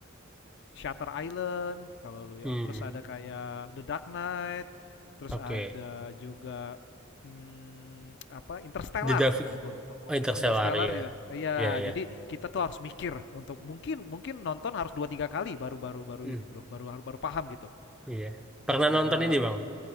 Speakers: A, on the left; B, in the centre.
A: Shutter Island kalau lu ya
B: Hmm,
A: terus ada kayak The Dark Knight terus
B: Oke.
A: ada juga hmm, apa Interstellar
B: The Davi-
A: nah gue lupa
B: oh, Interstellar
A: Interstellar
B: ya.
A: juga iya
B: Iya
A: jadi kita tuh harus mikir untuk mungkin mungkin nonton harus dua tiga kali baru baru baru
B: ya.
A: ini bro baru baru baru paham gitu
B: Iya.
A: Interstellar
B: Pernah nonton ini Bang,